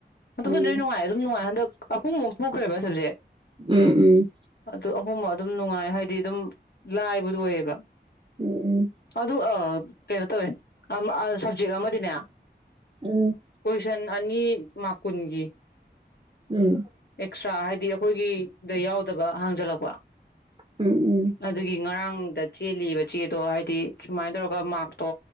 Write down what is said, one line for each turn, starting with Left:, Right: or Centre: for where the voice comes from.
Left: ꯃꯇꯝꯗꯣ
Right: ꯎꯝ
Left: ꯂꯣꯏ ꯅꯨꯡꯉꯥꯏ ꯑꯗꯨꯝ ꯅꯨꯡꯉꯥꯏ ꯍꯟꯗꯛ ꯑꯍꯨꯝꯃꯨꯛ ꯊꯣꯛꯈ꯭ꯔꯦꯕ ꯁꯕꯖꯦꯛ
Right: ꯎꯝ
Left: ꯑꯗꯨ ꯑꯍꯨꯝꯃ ꯑꯗꯨꯝ ꯅꯨꯡꯉꯥꯏ ꯍꯥꯏꯗꯤ ꯑꯗꯨꯝ ꯂꯥꯏꯕꯗꯨ ꯑꯣꯏꯌꯦꯕ
Right: ꯎꯝ
Left: ꯑꯗꯨ ꯑ ꯀꯩꯅꯣ ꯇꯧꯋꯦ ꯑꯥ ꯁꯕꯖꯦꯛ ꯑꯃꯗꯤꯅꯦ
Right: ꯎꯝ
Left: ꯁꯟ ꯑꯅꯤ ꯃꯥꯔꯛ ꯀꯟꯒꯤ
Right: ꯎꯝ
Left: ꯑꯦꯛꯁꯇ꯭ꯔꯥ ꯍꯥꯏꯗꯤ ꯑꯩꯈꯣꯏꯒꯤꯗ ꯌꯥꯎꯗꯕ ꯍꯡꯖꯜꯂꯛꯄ
Right: ꯎꯝ ꯎꯝ
Left: ꯑꯗꯨꯒꯤ ꯉꯔꯥꯡ ꯗ ꯆꯦꯜꯂꯤꯕ ꯆꯦꯗꯣ ꯍꯥꯏꯗꯤ ꯁꯨꯃꯥꯏꯅ ꯇꯧꯔꯒ ꯃꯥꯔꯛꯇꯣ